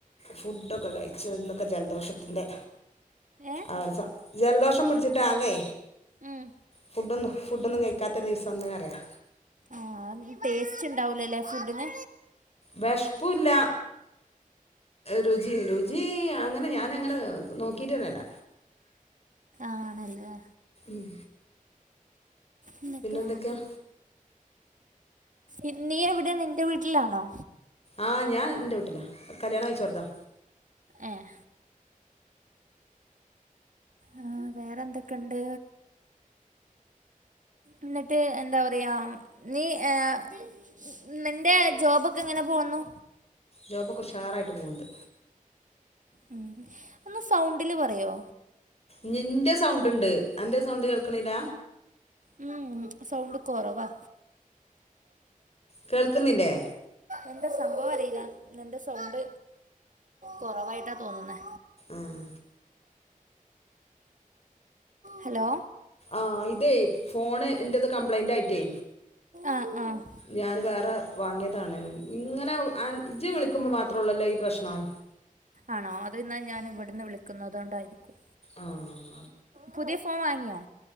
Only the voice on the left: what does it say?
ഫുഡൊക്കെ കയിച്ച് ഇന്നൊക്കെ ജലദോഷത്തിന്റെ
ആര്സാ ജലദോഷം പിടിച്ചിട്ട് ആകെ
ഫുഡൊന്നും ഫുഡൊന്നും കഴിക്കാത്തൊരുദിവസംന്ന്പറയാ
വെശ്പ്പുല്ല രുചിയില്ല ജീ അങ്ങനെ ഞാനാങ്ങനെ നോക്കിട്ടന്നല്ല
ഉം
എന്തൊക്കെയാ
ആഹ് ഞാ എന്റെ വീട്ടിലാ കല്യാണ കയിച്ചോടുത്ത
ജോബൊക്കെ ഉഷാറായിട്ട് പോണ്ട്
ഞ്ഞിന്റെ സൗണ്ട്ണ്ട് അന്റെ സൗണ്ട് കേൾക്കണില്ല
കേൾക്ക്ന്നില്ലേ
ആഹ്
ആഹ് ഇതേയ് ഫോണ് എന്റത് കംപ്ലൈന്റയിട്ടേ
ഞാൻ വേറെ വാങ്ങിയതാണ്. ഇങ്ങനെ ഇജ് വിളിക്കുമ്പോ മാത്രേ ഉള്ളല്ലോ ഈ പ്രശ്നം
ആഹ്